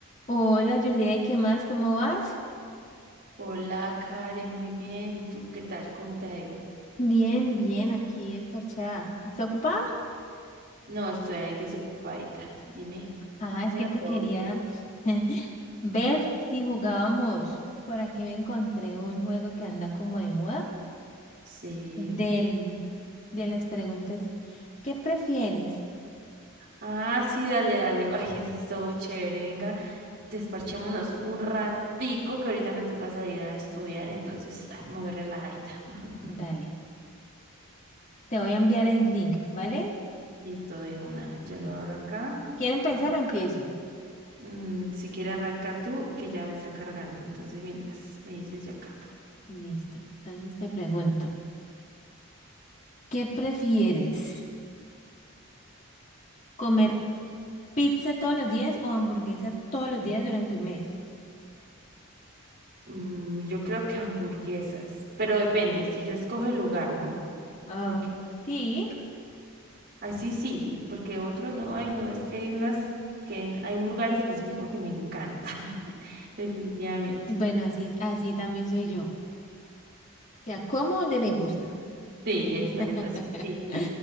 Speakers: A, on the left; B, on the right.
A: Hola Juliet, ¿qué más? ¿Cómo vas?
B: Hola Karen, muy bien. ¿Y tú qué tal? ¿Cómo te ha ido?
A: Bien, bien, aquí es parchada. ¿Está ocupada?
B: No, estoy ahí desocupadita. Dime,
A: Ah,
B: dímelo
A: es que te
B: todo.
A: quería <laughs> ver si jugábamos. Por aquí me encontré un juego que anda como de moda
B: Sí.
A: del, de las preguntas. ¿Qué prefieres?
B: Ah, sí, dale, dale. <laughs> Ay, sí, es todo chévere. Venga, desparchémonos un ratico que ahorita me toca salir a estudiar, entonces ah, muy relajadita. <laughs>
A: Dale, te voy a enviar el link, ¿vale?
B: Listo de una.
A: Listo.
B: ya lo abro acá.
A: ¿Quiero empezar
B: Y
A: o empiezo?
B: mm, si quieres arranca tú, que ya me está cargando. Entonces, mientras me dices, ya carga.
A: Listo. Entonces te pregunto, ¿qué prefieres? Comer pizza todos los días o hamburguesa todos los días durante un mes.
B: Mm, yo creo que hamburguesas, pero depende, si yo escojo el lugar, ¿no?
A: Ah,
B: Porque
A: sí,
B: así sí, sí, porque otro no, hay no, es que hay unas que en- hay un lugar específico que me encantan, <laughs> definitivamente.
A: bueno, así, así también soy yo. O sea, como donde me gusta.
B: Sí, exacto,
A: <laughs>
B: así sí.